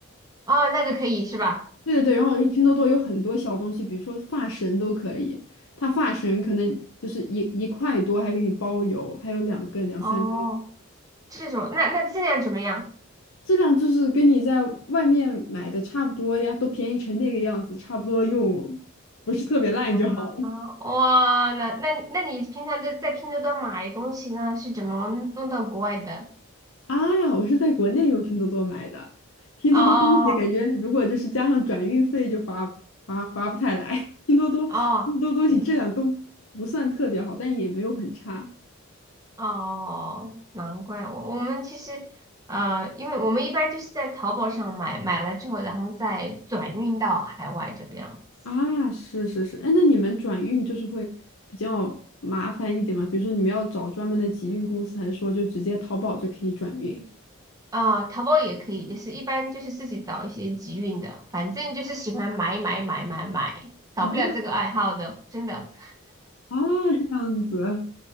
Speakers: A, on the right; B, on the left.
A: 哦，那个可以是吧？
B: 对对对，然后拼多多有很多小东西，比如说发绳都可以，它发绳可能就是一一块多还给你包邮，还有两根两三根。
A: 哦，这种那那质量怎么样？
B: 质量就是跟你在外面买的差不多呀，都便宜成那个样子，差不多用，不是特别烂就好了。
A: 啊，哇，那那你那你平常都在拼多多买东西呢？是怎么弄到国外的？
B: <laughs> 啊，我是在国内用拼多多买的，拼多多东西感觉如果就是加上转运费就划划划不太来，
A: 哦哦
B: <laughs> 拼多多拼多多东西质量都不算特别好，
A: 哦哦，对，
B: 但也没有很差。
A: 哦，难怪我我们其实呃，因为我们一般就是在淘宝上买，买了之后，然后再转运到海外这个样子。
B: 啊，是是是，哎，那你们转运就是会比较麻烦一点吗？比如说你们要找专门的集运公司，还是说就直接淘宝就可以转运？
A: 啊、淘宝也可以，就是一般就是自己找一些集运的，反正就是喜欢买买买买买，少不了这个爱好的，
B: 啊？
A: 真的。
B: 啊，这样子，